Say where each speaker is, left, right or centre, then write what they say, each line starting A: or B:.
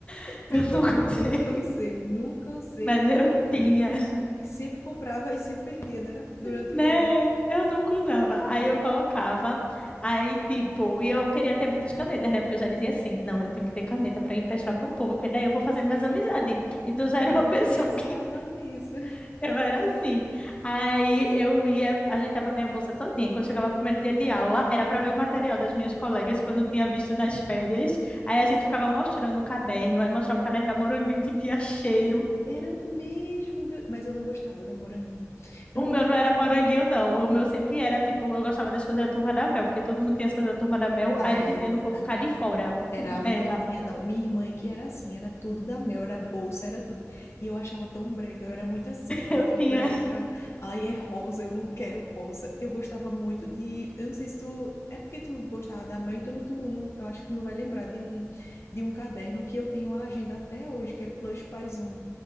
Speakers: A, on the left; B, on the left.
A: <laughs>
B: Eu
A: Eu nunca
B: também
A: usei,
B: nunca usei, nunca usei.
A: mas eu tinha,
B: E sempre comprava e sempre perdia, né? era? Durante
A: né?
B: o ano.
A: Eu nunca usava. Aí eu colocava, aí tipo, e eu queria ter muitas canetas, né? Porque eu já dizia assim: não, eu tenho que ter caneta para emprestar pro povo, porque daí eu vou fazendo mais amizade. Então
B: Ah,
A: já era uma
B: eu
A: pessoa
B: nem pensava
A: que
B: nisso.
A: <laughs> eu era assim. Aí eu ia, ajeitava minha bolsa todinha. Quando chegava o primeiro dia de aula, era para ver o material das minhas colegas que eu não tinha visto nas férias. Aí a gente ficava mostrando o caderno, aí mostrava o caderno da Moranguinho que tinha cheiro.
B: Era mesmo, meu- mas eu não gostava da moranguinho. Eu
A: O
B: não
A: meu
B: gostava.
A: não era moranguinho, não. O meu sempre era, tipo, eu gostava das coisas da Turma da Mel, porque todo mundo tinha as coisas da Turma da Mel.
B: Ah,
A: Aí eu
B: é
A: dizia,
B: verdade.
A: não vou ficar de fora.
B: Era
A: <laughs>
B: a modinha,
A: Era.
B: não. Minha irmã é que era assim, era tudo da Mel, era bolsa, era tudo. E eu achava tão brega, eu era muito assim, ai
A: Eu
B: que
A: tinha.
B: brega, ai é rosa, eu não quero rosa. Eu gostava muito de, eu não sei se tu, é porque tu gostava da Mel, então não- tu, não, eu acho que tu não vai lembrar de um, de um caderno que eu tenho a agenda até hoje, que é Plush Paison,